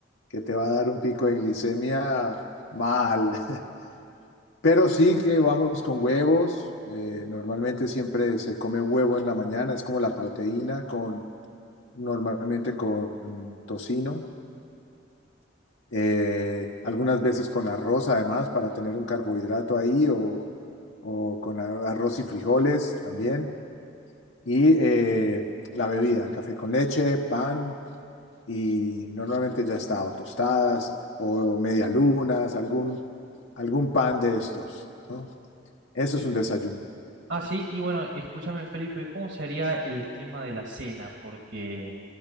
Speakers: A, on the left (about 80°); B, on the right (about 65°).
A: que te va a dar un pico de glicemia mal. <laughs> Pero sí que vamos con huevos. eh, normalmente siempre se come huevo en la mañana. Es como la proteína con, normalmente con tocino. eh, algunas veces con arroz además para tener un carbohidrato ahí o, o con a- arroz y frijoles también. Y eh, la bebida, café con leche, pan y normalmente ya está, o tostadas o medialunas, algún, algún pan de estos, ¿no? Eso
B: Y,
A: es un desayuno.
B: ah, sí, y bueno, escúchame Felipe, ¿cómo sería el tema de la cena? Porque,